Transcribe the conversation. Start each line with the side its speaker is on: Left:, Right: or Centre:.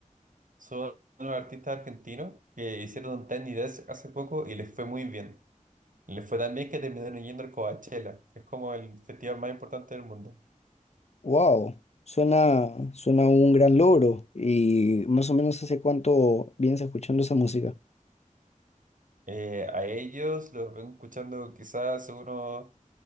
Right: son unos artistas argentinos que hicieron un Tiny Desk hace poco y les fue muy bien. Le fue tan bien que terminaron yendo al Coachella, que es como el festival más importante del mundo.
Left: Wow, suena, suena un gran logro. Y más o menos hace cuánto vienes escuchando esa música.
Right: Eh, a ellos los vengo escuchando quizás hace unos